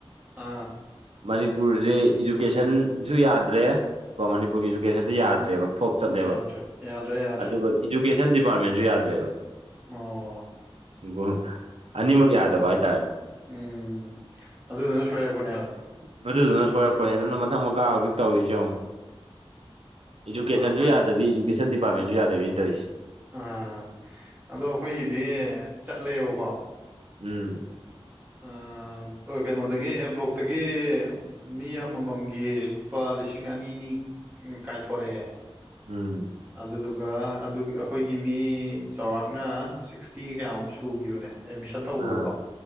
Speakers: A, on the right (about 15°); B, on the right (about 75°).
A: ꯑꯥ
B: ꯃꯅꯤꯄꯨꯔꯁꯦ ꯏꯖꯨꯀꯦꯁꯟꯁꯨ ꯌꯥꯗ꯭ꯔꯦ ꯀꯣ ꯃꯅꯤꯄꯨꯔꯒꯤ ꯏꯖꯨꯀꯦꯁꯟꯗꯤ ꯌꯥꯗ꯭ꯔꯦꯕ ꯊꯣꯛꯞ ꯆꯠꯂꯦꯕ
A: ꯌꯥꯗ꯭ꯔꯦ ꯌꯥꯗ꯭ꯔꯦ ꯌꯥꯗ꯭ꯔꯦ
B: ꯑꯗꯨꯒ ꯏꯗꯨꯀꯦꯁꯟ ꯗꯤꯄꯥꯔꯠꯃꯦꯟꯁꯨ ꯌꯥꯗ꯭ꯔꯦꯕ
A: ꯑꯣ
B: <unintelligible> ꯑꯅꯤꯃꯛ ꯌꯥꯗꯕ ꯍꯥꯏꯇꯥꯔꯦ
A: ꯎꯝ ꯑꯗꯨꯗꯨꯅ ꯁꯣꯏꯔꯛꯄꯅꯦꯕ
B: ꯅꯣꯏꯗꯗꯨꯅ ꯁꯣꯏꯔꯛꯄꯩꯅꯦ ꯑꯗꯨꯅ ꯃꯊꯪ ꯃꯈꯥ ꯍꯧꯖꯤꯛ ꯇꯧꯔꯤꯁꯦ ꯌꯦꯛꯉꯨ ꯏꯖꯨꯀꯦꯁꯟꯖꯨ
A: ꯑꯗꯣ ꯑꯩꯈꯣꯏ
B: ꯌꯥꯗꯕꯤ ꯏꯖꯨꯀꯦꯁꯟ ꯗꯤꯄꯥꯔꯠꯃꯦꯟꯁꯨ ꯌꯥꯗꯕꯤꯅꯤ ꯇꯧꯔꯤꯁꯤ
A: ꯑꯥ ꯑꯗꯣ ꯑꯩꯈꯣꯏꯒꯤꯗꯤ ꯆꯠꯂꯦꯕꯀꯣ
B: ꯎꯝ
A: ꯑꯥ ꯀꯩꯅꯣꯗꯒꯤ ꯑꯦ ꯕ꯭ꯂꯣꯛꯇꯒꯤ ꯃꯤ ꯑꯃꯃꯝꯒꯤ ꯂꯨꯄꯥ ꯂꯤꯁꯤꯡ ꯑꯅꯤꯅꯤ ꯀꯥꯏꯊꯣꯔꯛꯑꯦ
B: ꯎꯝ
A: ꯑꯗꯨꯗꯨꯒ ꯑꯗꯨ ꯑꯩꯈꯣꯏꯒꯤ ꯃꯤ ꯆꯥꯎꯔꯥꯛꯅ ꯁꯤꯛꯁꯇꯤꯒ ꯀꯌꯥꯅꯣꯝ ꯁꯨꯈꯤꯕꯅꯦ ꯑꯦꯠꯃꯤꯁꯟ ꯇꯧꯕꯗꯀꯣ
B: ꯑꯥ